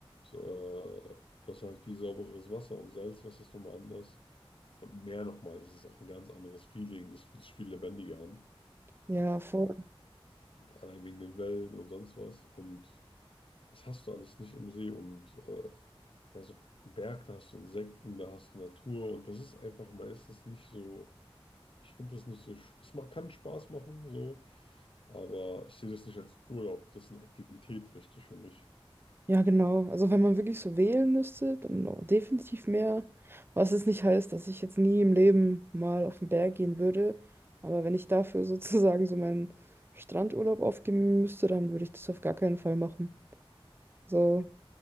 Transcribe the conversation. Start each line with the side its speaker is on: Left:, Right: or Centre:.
Left: äh, das ist halt viel saubereres Wasser und Salzwasser ist nochmal anders. Und Meer nochmal, das ist auch ein ganz anderes Feeling. Das fühlt sich viel lebendiger an.
Right: Ja, voll.
Left: Allein wegen den Wellen und sonst was. Und das hast du alles nicht im See. Und äh, ja, so einen Berg, da hast du Insekten, da hast du Natur. Und das ist einfach meistens nicht so. Ich finde das nicht so. sch- Es ma- kann Spaß machen, so. Aber ich sehe das nicht als Urlaub. Das ist eine Aktivität, richtig, für mich.
Right: Ja, genau. Also wenn man wirklich so wählen müsste, dann noch definitiv mehr. Was es nicht heißt, dass ich jetzt nie im Leben mal auf den Berg gehen würde. Aber wenn ich dafür <laughs> sozusagen so meinen Strandurlaub aufgeben müsste, dann würde ich das auf gar keinen Fall machen. So.